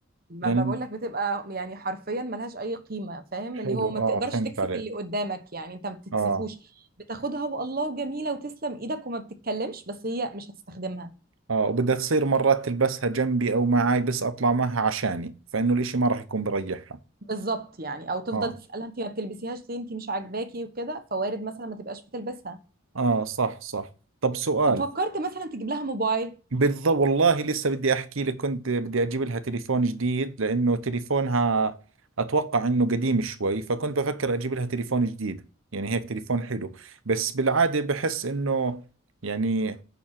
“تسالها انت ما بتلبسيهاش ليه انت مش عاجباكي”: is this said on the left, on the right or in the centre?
Right